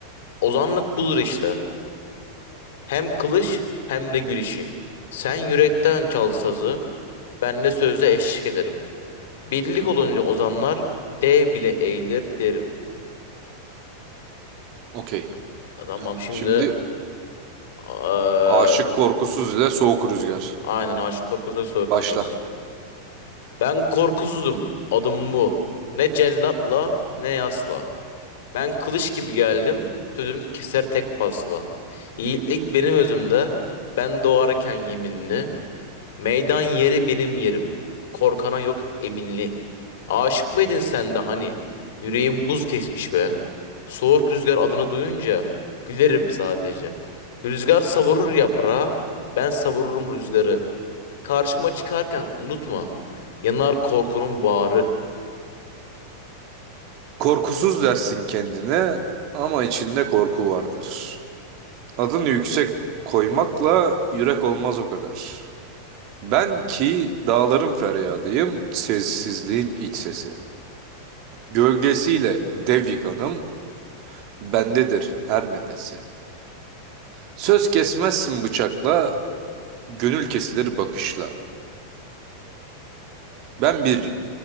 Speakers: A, on the left; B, on the right.
A: Ozanlık bulur işte. Hem kılıç hem de gülüşü. Sen yürekten çal sazı, ben de sözle eşlik ederim. Birlik olunca ozanlar dev bile eğilir derim.
B: Okey.
A: Tamam şimdi
B: Şimdi
A: eee,
B: aşık korkusuz ile soğuk rüzgar.
A: aynen Aşık Korkusuz Korkusuz.
B: Başla.
A: Ben korkusuzum. Adım bu. Ne cellatla ne yasla. Ben kılıç gibi geldim. Sözüm keser tek pasla. Yiğitlik benim özümde. Ben doğarken yeminli. Meydan yeri benim yerim. Korkana yok eminli. Aşık mıydın sen de hani? Yüreğim buz kesmiş be. Soğuk rüzgar adını duyunca gülerim sadece. Rüzgar savurur yaprağı, ben savururum rüzgarı. Karşıma çıkarken unutma, yanar korkunun bağrı.
B: Korkusuz dersin kendine ama içinde korku vardır. Adını yüksek koymakla yürek olmaz o kadar. Ben ki dağların feryadıyım, sessizliğin iç sesi. Gölgesiyle dev yıkanım, bendedir her nefesi. Söz kesmezsin bıçakla, gönül kesilir bakışla. Ben bir